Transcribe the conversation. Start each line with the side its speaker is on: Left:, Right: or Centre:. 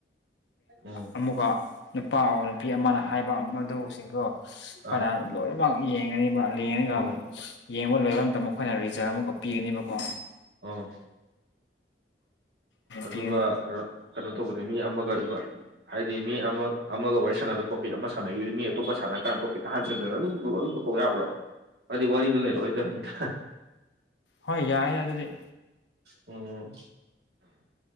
Right: ꯎꯝ
Left: ꯑꯃꯨꯛꯀ ꯅꯨꯄꯥ ꯅꯨꯄꯤ ꯑꯃꯅ ꯍꯥꯏꯕ ꯃꯗꯨꯁꯤꯡꯗꯣ ꯑꯩꯈꯣꯏꯅ
Right: ꯑꯥ
Left: ꯂꯣꯏꯅꯃꯛ ꯌꯦꯡꯉꯅꯤꯕ ꯂꯦꯡꯉꯒ
Right: ꯑꯣ
Left: ꯌꯦꯡꯕ ꯂꯣꯏꯕ ꯃꯇꯝꯗ ꯃꯈꯣꯏꯅ ꯔꯤꯖꯜ ꯑꯃꯨꯀꯥ ꯄꯤꯒꯅꯤꯕꯀꯣ
Right: ꯑꯣ ꯑꯗꯨꯒ
Left: ꯄꯤꯒꯅꯤ
Right: ꯀꯩꯅꯣ ꯀꯩꯅꯣ ꯇꯧꯕꯗꯤ ꯃꯤ ꯑꯃꯒ ꯏꯕ ꯍꯥꯏꯗꯤ ꯃꯤ ꯑꯃ ꯑꯃꯒ ꯋꯥꯔꯤ ꯁꯥꯟꯅꯕ ꯍꯥꯏꯗꯤ ꯃꯤ ꯑꯃꯒ ꯋꯥꯔꯤ ꯁꯅꯕꯗꯣ ꯇꯣꯄꯤꯛ ꯑꯃ ꯁꯥꯟꯅꯈꯤꯕꯗꯤ ꯃꯤ ꯑꯇꯣꯞꯄꯥꯟꯅ ꯀꯥꯟꯗ ꯇꯣꯄꯤꯛꯇ ꯍꯟꯖꯤꯟꯗꯅ ꯑꯗꯨꯝ ꯍꯥꯏꯗꯤ ꯋꯥꯔꯤꯗꯨ ꯂꯩꯔꯛꯑꯣꯏꯗꯕꯅꯤꯗ
Left: ꯍꯣꯏ ꯌꯥꯏ ꯑꯗꯨꯗꯤ
Right: ꯎꯝ